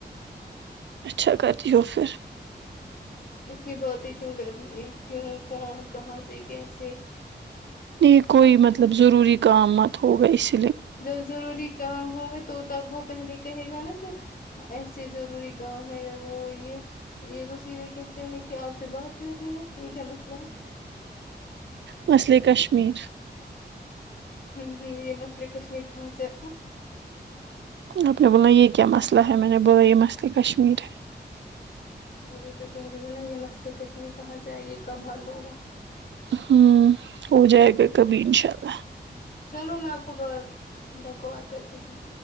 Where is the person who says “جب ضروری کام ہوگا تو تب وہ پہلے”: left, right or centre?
Left